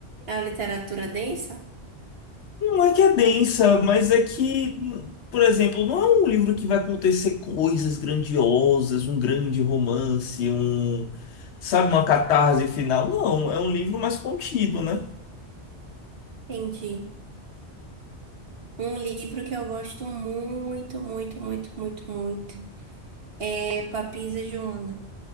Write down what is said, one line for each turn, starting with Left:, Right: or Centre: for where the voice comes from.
Right: É a literatura densa?
Left: Não é que é densa, mas é que, por exemplo, não é um livro que vai acontecer coisas grandiosas, um grande romance, um, sabe, uma catarse final. Não, é um livro mais contido, né?
Right: Entendi. Um livro que eu gosto muito, muito, muito, muito, muito é Papisa Joana.